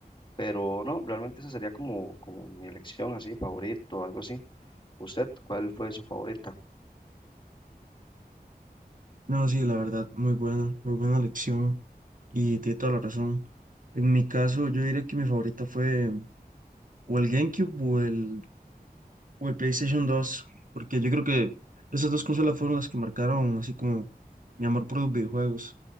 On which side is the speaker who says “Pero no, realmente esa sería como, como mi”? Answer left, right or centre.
Left